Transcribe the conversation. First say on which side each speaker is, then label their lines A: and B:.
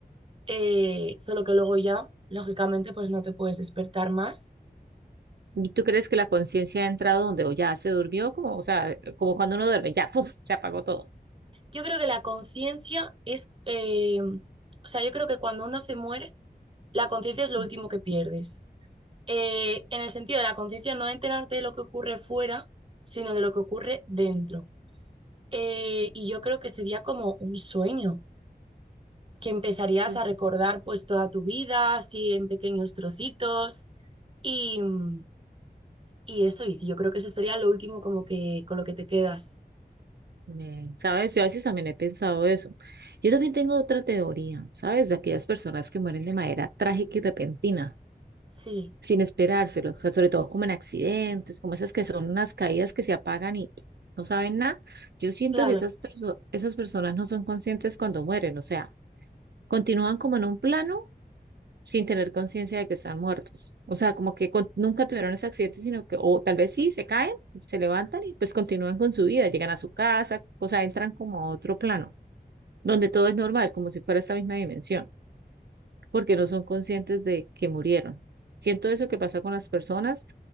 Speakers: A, on the right; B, on the right.
A: eh, solo que luego ya, lógicamente, pues no te puedes despertar más.
B: ¿Y tú crees que la conciencia ha entrado donde o ya se durmió? Como, o sea, como cuando uno duerme, ya, ¡puf! se apagó todo.
A: Yo creo que la conciencia es, eh, o sea, yo creo que cuando uno se muere, la conciencia es lo
B: Ujú,
A: último que pierdes. Eh, en el sentido de la conciencia no enterarte de lo que ocurre fuera, sino de lo que ocurre dentro. Eh, y yo creo que sería como un sueño. que empezarías
B: Soy,
A: a recordar pues toda tu vida, así en pequeños trocitos y, mm, y eso, y yo creo que eso sería lo último como que con lo que te quedas.
B: me- ¿sabes? Yo a veces también he pensado eso. Yo también tengo otra teoría, ¿sabes? De aquellas personas que mueren de manera trágica y repentina,
A: Sí,
B: sin esperárselo, o sea, sobre todo como en accidentes, como esas que son unas caídas que se apagan y no saben nada. Yo siento
A: claro,
B: que esas perso- esas personas no son conscientes cuando mueren, o sea, continúan como en un plano sin tener conciencia de que están muertos. O sea, como que con- nunca tuvieron ese accidente, sino que, o tal vez sí, se caen, y se levantan y pues continúan con su vida, llegan a su casa, o sea, entran como a otro plano, donde todo es normal, como si fuera esta misma dimensión, porque no son conscientes de que murieron. Siento eso que pasa con las personas